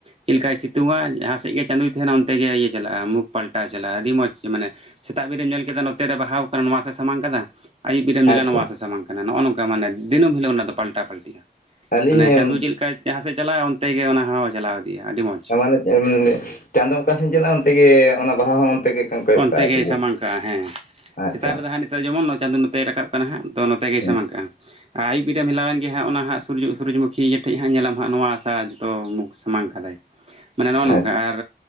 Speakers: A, on the right; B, on the left.
A: ᱪᱮᱫ ᱞᱮᱠᱟᱭ ᱥᱤᱛᱩᱝᱼᱟ ᱡᱟᱦᱟᱸ ᱥᱮᱫ ᱜᱮ ᱪᱟᱸᱫᱳᱭ ᱛᱟᱦᱮᱱᱟ ᱚᱱᱛᱮ ᱜᱮ ᱤᱭᱟ. ᱪᱟᱞᱟᱜ ᱼᱟ ᱢᱩᱠᱷ ᱯᱟᱞᱴᱟᱣ ᱪᱟᱞᱟᱜᱼᱟ ᱟᱹᱰᱤ ᱢᱚᱸᱡᱽ ᱢᱟᱱᱮ- ᱥᱮᱛᱟᱜ ᱵᱮ ᱨᱮᱢ ᱧᱮᱞ ᱠᱮᱫᱟ ᱱᱚᱛᱮ ᱨᱮ ᱵᱟᱦᱟ ᱟᱠᱟᱱᱟ ᱱᱚᱣᱟ ᱥᱮᱫ ᱥᱟᱢᱟᱝ ᱠᱟᱫᱟ ᱟᱹᱭᱩᱵ ᱵᱮᱨᱟᱢ
B: ᱟᱪᱪᱷᱟ
A: ᱧᱮᱞᱟ ᱱᱚᱣᱟ ᱥᱮᱜ ᱥᱟᱢᱟᱝ ᱠᱟᱱᱟ ᱱᱚᱜᱼᱚ ᱱᱚᱝᱠᱟ ᱢᱟᱱᱮ ᱫᱤᱹᱱᱟᱢ ᱦᱤᱞᱳᱜ ᱚᱱᱟᱫᱚ ᱯᱟᱞᱴᱟ ᱯᱟᱞᱴᱤᱜᱼᱟ
B: ᱟᱹᱞᱤᱧ
A: ᱢᱟᱱᱮ
B: ᱮᱢ
A: ᱪᱟᱸᱫᱳ ᱪᱮᱫᱞᱮᱠᱟᱭ ᱡᱟᱦᱟᱸ ᱥᱮᱫ ᱪᱟᱞᱟᱜᱼᱟ ᱚᱱᱛᱮ ᱜᱮ ᱚᱱᱟ ᱦᱚᱸ ᱪᱟᱞᱟᱣ ᱤᱫᱤᱜᱼᱟ ᱟᱹᱰᱤ ᱢᱚᱸᱡᱽ
B: ᱢᱟᱱᱮ ᱪᱟᱸᱫ ᱚᱠᱟᱥᱱ ᱪᱟᱞᱟᱜᱼᱟ ᱚᱱᱛᱮ ᱜᱮ ᱚᱱᱟ ᱵᱟᱦᱟ ᱦᱚᱸ ᱚᱱᱛᱮ ᱜᱮ ᱠᱚᱭᱚᱜ
A: ᱚᱱᱛᱮ
B: ᱠᱟᱜᱼᱟᱭ
A: ᱜᱮᱭ
B: ᱥᱮ ᱪᱮᱫ
A: ᱥᱟᱢᱟᱝ ᱠᱟᱜᱼᱟ ᱦᱮᱸ
B: ᱟᱪᱪᱷᱟ
A: ᱥᱮᱛᱟᱜ ᱨᱮᱫᱚ ᱦᱟᱸᱜ ᱱᱤᱛᱚᱜ ᱡᱮᱢᱚᱱ ᱪᱟᱸᱫᱳ ᱯᱮ ᱨᱟᱠᱟᱵ ᱠᱟᱱᱟ ᱦᱟᱸᱜ ᱛᱚ ᱱᱚᱛᱮ ᱜᱮᱭ
B: ᱦᱮᱸ
A: ᱥᱟᱢᱟᱝ ᱠᱟᱜᱼᱟ᱾ ᱟᱨ ᱟᱹᱭᱩᱵ ᱵᱮᱨᱮᱢ ᱦᱮᱞᱟᱣ ᱮᱱ ᱜᱮ ᱦᱟᱸᱜ ᱥᱩᱨᱚᱡᱚᱢᱩᱠᱷᱤ ᱡᱤᱭᱟᱹ ᱴᱷᱮᱡ ᱦᱟᱜ ᱧᱮᱞᱟᱢ ᱦᱟᱸᱜ ᱱᱚᱣᱟ ᱟᱥᱟ ᱡᱚᱛᱚ ᱢᱩᱠᱷ ᱥᱟᱢᱟᱝ ᱠᱟᱫᱟᱭ ᱾ ᱢᱟᱱᱮ ᱱᱚᱜᱼᱚ
B: ᱟᱪᱪᱷᱟ
A: ᱱᱚᱝᱠᱟ ᱟᱨ